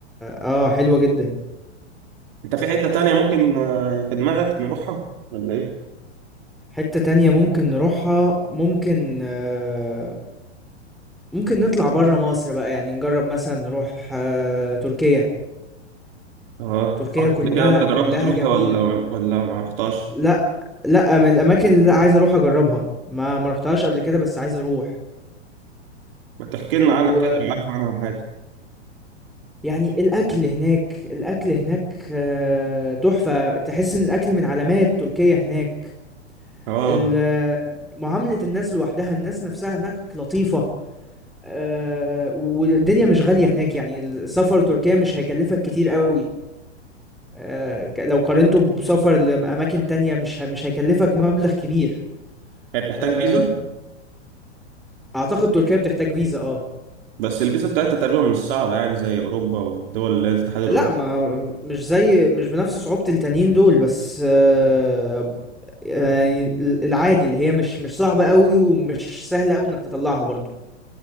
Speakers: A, in the centre; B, on the right.
A: اه حلوة جدا
B: انت في حته تانيه ممكن آه، في دماغك نروحها ولا ايه؟
A: حتة تانية ممكن نروحها ممكن آه ممكن نطلع برا مصر بقى يعني نجرب مثلا نروح آه تركيا
B: اه
A: تركيا
B: رحت
A: كلها
B: قبل كده انت جربت
A: كلها
B: تروح
A: جميلة
B: ولا ولا ما رحتاش
A: لا لا من الاماكن اللي عايز اروح اجربها ما ما رحتهاش قبل كده بس عايز اروح
B: ما تحكي
A: و...
B: لنا عنها كده لو عارف عنها حاجه
A: يعني الأكل هناك الأكل هناك آه، تحفة تحس إن الأكل من علامات تركيا هناك
B: اه
A: ال- <laughs> آه، معاملة الناس لوحدها الناس نفسها هناك لطيفة آه، والدنيا مش غالية هناك يعني السفر تركيا مش هيكلفك كتير قوي آه، ك- لو قارنته بسفر لأماكن تانية مش ه- مش هيكلفك مبلغ كبير
B: هي بتحتاج
A: آه،
B: فيزا
A: أعتقد تركيا بتحتاج فيزا اه
B: بس الفيزا بتاعتها تقريبا مش صعبه يعني زي اوروبا والدول اللي هي الاتحاد الاوروبي
A: لا ما مش زي مش بنفس صعوبة التانيين دول بس آه، آه، العادي اللي هي مش مش صعبة قوي ومش سهلة قوي انك تطلعها برضو